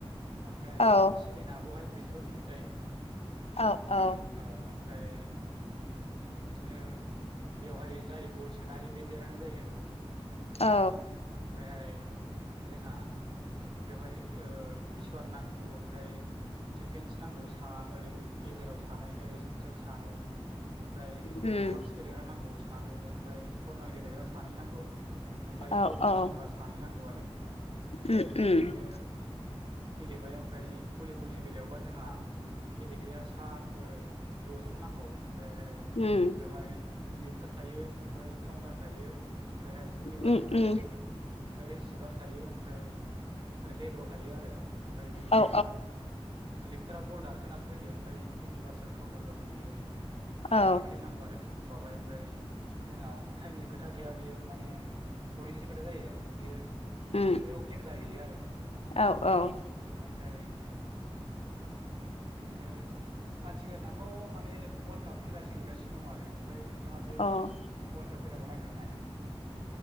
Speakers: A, on the right; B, on the left.
A: ओमफ्राय
B: औ
A: सेकेण्ड हाफआवहाय ब्रैजिबा मिनिट जायो।
B: औ औ।
A: औ औ ओमफ्राय बिदिनो बेवहाय जाय गल सोनो हायो बेदेरहानाय जायो।
B: औ
A: ओमफ्रायहाय जोंहा बेवहाय खिपारना औ ओमफ्राय दिफेन्स नांगौ सा ओरै गेजेराव सानै ओरै सानै ओमफ्राय
B: उम
A: हफ सिखोन गेलेग्रा नांगौ सानै ओमफ्राय कर्नार गेलेग्रा सानै नांगौ। ओमफ्राय
B: औ
A: गलजोसनग्रा
B: औ
A: सानै नांगौ आरो
B: उम
A: ओमफ्राय
B: उम
A: बिदिनो गेलेबाय ओमफ्राय भलिबलनि बेलायावबा जोंहा गेलेग्राया सा द'जोन नांगौ ओमफ्रायहाय
B: <inaudible>
A: बेवहाय लेपटार थायो ओमफ्राय काउन्टार थायो। ओमफ्रायहाय इउनिभार्सेल
B: उम उम
A: थायो। ओमफ्राय रिसिभार थायो ओमफ्राय लेब्र' थायो आरो, ओमफफ्राय बिदिनो
B: औ
A: लिपटारा बल नारखोनारख होयो ओमफ्राय इउनिभार्सेल काउन्टारफ्रा बुयो माने
B: औ
A: बुख्लायनांगौ आरो बावहाय ओमफ्राय जोंहा टाइमनि खोथा गैया बियो। माने पयेनिस खोथा जायो बेयो
B: उम
A: नैजिबयाव गेम जाहैयो आरो।
B: औ औ।
A: औ ओमफ्राय बिदिनो आथिखाल दाथ' माने वर्ल्ड काप खेला सोलिगासिनो दङ आरो ओमफ्राय नोंथ नोंथाङा बे वर्ल्ड
B: औ
A: काप खेलाखौ नायगिरनानै नायाखै?